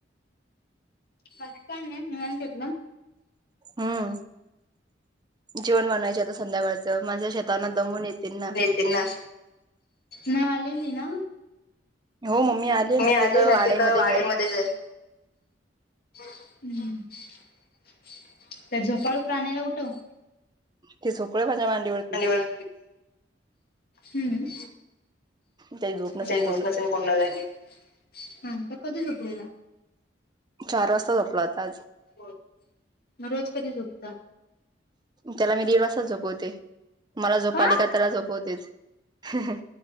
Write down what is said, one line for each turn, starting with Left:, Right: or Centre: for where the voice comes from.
Left: बाकी कायं नाहीं निवांत एकदंम
Right: हां जेवण बनवायचे आंता संध्याकाळचं माझ्या श नाना दमूंन येतिन नां
Left: येती नां मंग आलेली नां
Right: हो मम्मी ना
Left: मी आली
Right: ते तर
Left: नां
Right: वाड्यामध्येच
Left: तसी कां वाडेमध्यें
Right: आहे
Left: जाईन हम्मं त्यां झोपाळूं प्राण्यांना उठवं
Right: ते झोपलंय माझ्या मांडीवरं
Left: मांडिवरं हम्मं
Right: त्याची झोप नसेन
Left: तेजी झोपसं पूर्ण झाली आंता तो कधीं झोपलेला
Right: चार वाजता झोपला होता आज.
Left: मंग रोज कधीं झोपतां
Right: त्यांला मी दीड वाजतं झोपवते मलां झोप
Left: का?
Right: आली कां त्यांला झोपवतेचं हं हं